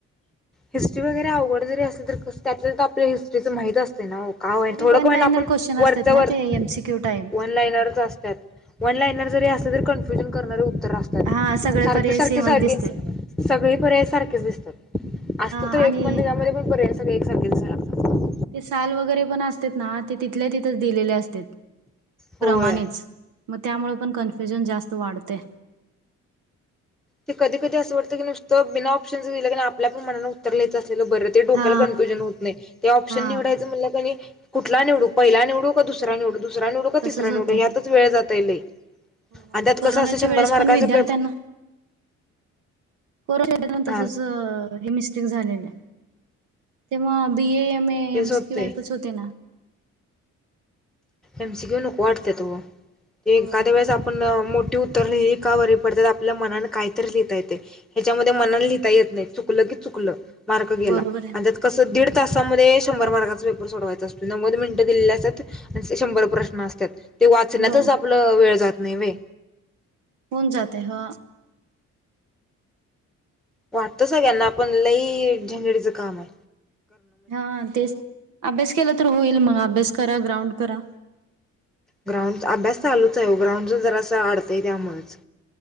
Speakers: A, in the centre; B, on the right.
A: हिस्ट्री वगैरे आवघड जरी असेल तर त्यातलं तर आपल्या हिस्ट्रीचं माहित असते ना का होय
B: तरी
A: थोडंक
B: वन
A: होई
B: लाईनर
A: ना आपण
B: क्वेश्चन
A: वरच्या
B: असतात ना
A: वर
B: ते एमसीक्यू टाईप
A: वन लाईनरच असतात वन लाईन जरी असलं तरी कन्फ्युजन करणार तात
B: हा सगळे
A: सारखे
B: पर्याय
A: सारखे
B: सेमच
A: जागे
B: दिसतात
A: सगळे बऱ्यासारखेच दिसतात असत
B: हा
A: तर एक
B: आणि
A: पण दिनामध्ये पण बऱ्या सारख्या एकसारखे दिसायला लागात
B: ते साल वगैरे पण असत ना ते तिथल्या तिथेच दिलेले असत क्रमानेच
A: होय
B: मग त्यामुळे पण कन्फ्युजन जास्त वाढते
A: ते कधी कधी असं वात की नुसतंिना ऑप्शनचसेलं आपल्याण मनाला उतर ल्यायच असं र ते डोक्याला
B: हा
A: कनफ्युजन होत नाही ते ऑप्शन
B: हा
A: निवडायचं म्ह कुठला निवडू पहिला निवडू का दुसरा निवडू दुसरा निवडू का
B: तसच
A: तिसरा
B: होतं
A: निवडू यातच
B: की
A: वेळ जाताईलय
B: हो हो
A: आतात
B: कोरोनाच्या
A: कसं असं शंभर
B: वेळेस
A: मार्काचं
B: पण विद्यार्थ्यांना
A: पेप
B: को तसच
A: हा
B: हे मिस्टेक झालेले तेव्हा बी ए म ए
A: तेच
B: एमसी
A: होतंय
B: की वाईपच होते ना
A: एमसी क्यू नको वाटत त ते
B: हो
A: काद्या
B: हो
A: वेळेस आपण मो उतरलेली का बरी पडतात आपल्या मनाला कायतरी लिहिता येते हच्यामध्ये मनान लिहिता येत नाही च क च मार त
B: बरोबर आहे
A: मध्ये शंभर मार्काचा पेपर सोडवायचा असतो नव्वद मिनिटं दिले असतात आणि शंभर प्रश्न असतात ते वाचण्यातच
B: बर
A: आपलं वेळ जात नाही व्हय.
B: होऊन जाते हा.
A: वाटत सगळ्यांना
B: हॅलो
A: आपण लही झेंगडीच काम हाय.
B: हा तेच अभ्यास केला तर होईल मग अभ्यास करा ग्राउंड करा.
A: ग्राउंड अभ्यास चालूच आहे ग्राउंड जर अस अडतय त्यामुळेच